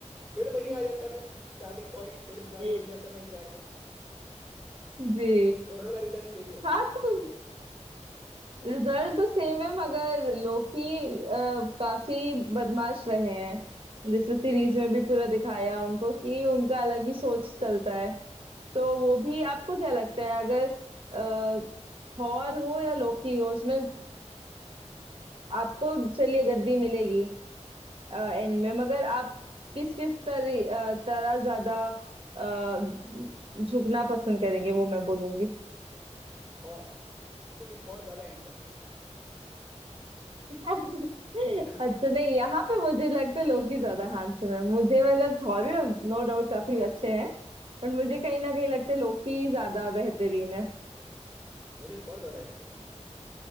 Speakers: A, in the centre; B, on the right.
A: फिर वहीं आ जाता मैं स्टार्टिंग पॉइंट फिर राजा
B: <laughs>
A: बन जाता मैं इस गार्ड का
B: जी
A: दोनों का रिजल्ट सेम ही होता
B: हाँ
A: है
B: तो रिजल्ट तो सेम है मगर लोकी अ, काफी बदमाश रहे हैं जैसे सीरीज में भी पूरा दिखाया उनको कि उनका अलग ही सोच चलता है तो वो भी आपको क्या लगता है अगर अ, थॉर हो या लोकी हो उसमें आपको चलिए गद्दी मिलेगी एंड में मगर आप किस किस तरी, अ, तरह ज्यादा अ, झुकना पसंद करेंगे वो मैं बोलूंगी
A: थॉर क्योंकि थॉर ज्यादा हैंडसम है
B: <laughs>
A: है ना
B: अच्छा नहीं यहाँ पे मुझे लगता है लोग ही ज्यादा हैंडसम है मुझे मतलब
A: नहीं नहीं
B: थॉर भी नो डाउट काफी अच्छे हैं बट मुझे कहीं ना कहीं लगता है लोग ही ज्यादा बेहतरीन है
A: मुझे थॉर ज्यादा हैंडसम लगता है